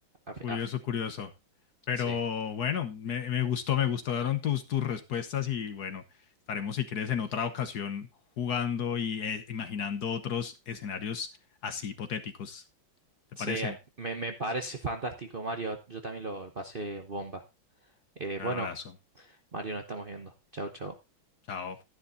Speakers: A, on the right; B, on the left.
A: Af-
B: curioso,
A: af-
B: curioso. Pero
A: sí,
B: bueno, me, me gustó, me gustaron tus, tus respuestas y bueno, estaremos si quieres en otra ocasión jugando y eh, imaginando otros escenarios así hipotéticos. ¿Te
A: sí,
B: parece?
A: eh, me, me parece fantástico, Mario. Yo también lo pasé bomba. Eh, bueno,
B: Un abrazo.
A: Mario, nos estamos viendo. Chau, chau.
B: Chao.